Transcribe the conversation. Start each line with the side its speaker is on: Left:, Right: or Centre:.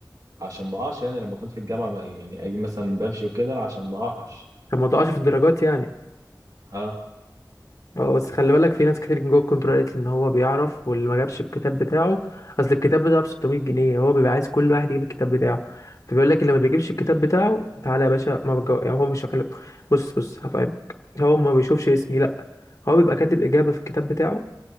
Right: عشان ما اقعش يعني لما كنت في الجامعه ما- يعني اجي مثلا بمشي وكده عشان ما اقعش
Left: كان ما ضاعش في الدرجات يعني
Right: اه
Left: اه بس خلي بالك في ناس كتير جوه الكنترول قالت لي ان هو بيعرف واللي ما جابش الكتاب بتاعه اصل الكتاب بتاعه ب 600 جنيه هو بيبقى عايز كل واحد يجيب الكتاب بتاعه فبيقول لك اللي ما بيجيبش الكتاب بتاعه تعالى يا باشا ما بجو... يعني هو مش خلي... بص بص هفهمك هو ما بيشوفش اسمي لا هو بيبقى كاتب اجابه في الكتاب بتاعه